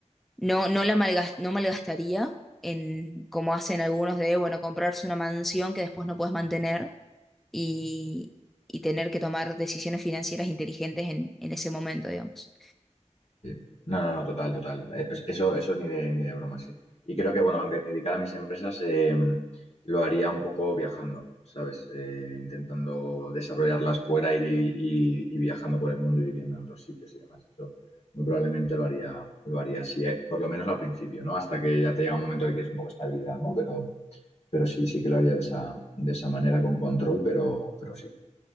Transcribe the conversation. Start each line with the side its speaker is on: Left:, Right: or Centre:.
Centre: No, no la malgas- no malgastaría en, como hacen algunos de, bueno, comprarse una mansión que después no puedes mantener y, y tener que tomar decisiones financieras inteligentes en, en ese momento, digamos.
Left: Sí. No, no, no, total, total. Eh, es- Eso, eso ni de, ni de broma, sí. Y creo que, bueno, aunque me dedicara a mis empresas, eh, lo haría un poco viajando, ¿sabes? Eh, intentando desarrollarlas fuera y, y- y viajando por el mundo y viviendo en otros sitios y demás. Eso muy probablemente lo haría, lo haría así, eh, por lo menos al principio, ¿no? Hasta que ya te llega un momento en el que es un poco estabilidad, ¿no? Pero, pero sí, sí que lo haría de esa, de esa manera, con control, pero, pero sí.